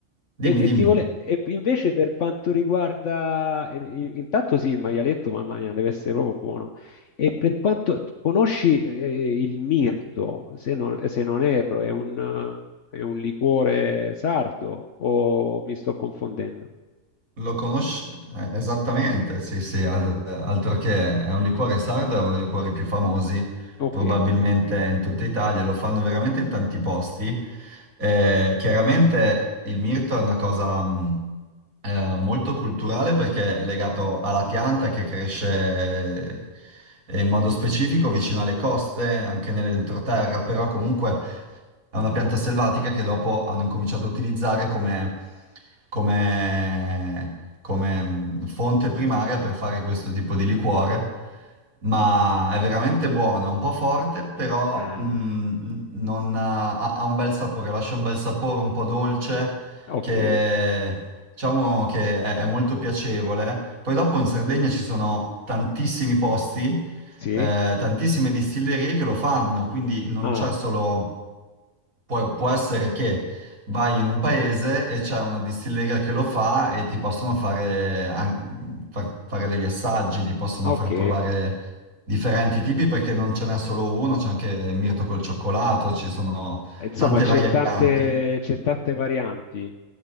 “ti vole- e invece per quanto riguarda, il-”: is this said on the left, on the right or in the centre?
Left